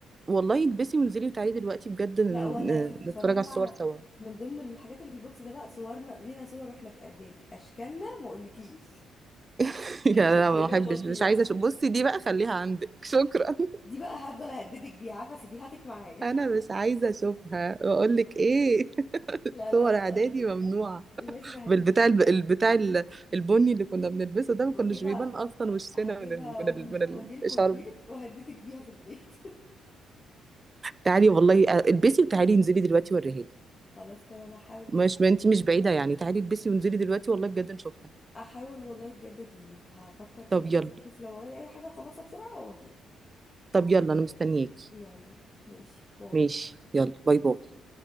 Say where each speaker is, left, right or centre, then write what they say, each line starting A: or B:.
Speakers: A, on the right (about 30°); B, on the left (about 30°).
A: والله البسي وانزلي وتعالي دلوقتي بجد ن-
B: لا ولا
A: ن-
B: تشوفي تتفرجي
A: نتفرج على
B: بقى
A: الصور
B: على
A: سوا
B: من ضمن الحاجات اللي في البوكس ده بقى صورنا لينا صور واحنا في اعدادي اشكالنا ما اقولكيش
A: <laughs>
B: <laughs>
A: يا
B: شكلنا
A: لا ما بحبش
B: فظيع
A: مش عايزه أشوف. بصي دي بقى خليها عندك شكرا
B: دي بقى هفضل اهددك بيها عارفه سيديهاتك معايا
A: انا مش عايزه اشوفها واقول لك ايه <laughs>
B: لا
A: صور
B: لا لا
A: اعدادي
B: لا،
A: ممنوعه
B: لازم اهددك
A: بالبتاع
B: بيها.
A: الب- البتاع ال- البني اللي كنا بنلبسه ده ما كناش
B: واجيبها
A: بيبان اصلا وشنا
B: هجيبها
A: من ال... من
B: واجي
A: ال... من
B: واجي لكم
A: الشرب
B: البيت وهددك بيها في البيت
A: تعالي والله أ- البسي وتعالي انزلي دلوقتي وريها لي
B: <laughs> خلاص تمام هحاول كده
A: مش ما انتي مش بعيده يعني تعالي البسي وانزلي دلوقتي والله بجد نشوفها
B: احاول والله بجد اجيلك هفكر كده
A: طب يلا
B: بس اشوف لو ورايا اي حاجة اخلصها بسرعة واجيلك
A: طب يلا انا مستنياكي
B: يلا ماشي باي
A: ماشي يلا باي باي